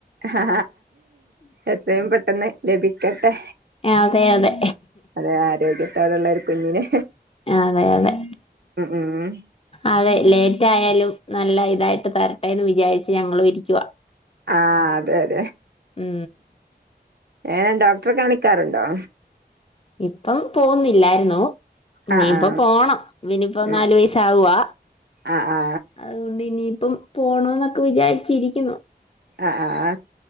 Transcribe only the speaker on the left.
അതെ അതെ
അതെ അതെ.
അതെ ലേറ്റ് ആയാലും നല്ല ഇതായിട്ട് തരട്ടേന്ന് വിചാരിച്ച് ഞങ്ങളും ഇരിക്കുവാ.
ഉം
ഇപ്പം പോന്നില്ലായിരുന്നു. ഇനിയിപ്പം
പോണം. ഇവനിപ്പോ
നാലു വയസ് ആവുവാ.
അത് കൊണ്ട് ഇനി ഇപ്പം പോണോന്നൊക്കെ വിചാരിച്ചിരിക്കുന്നു.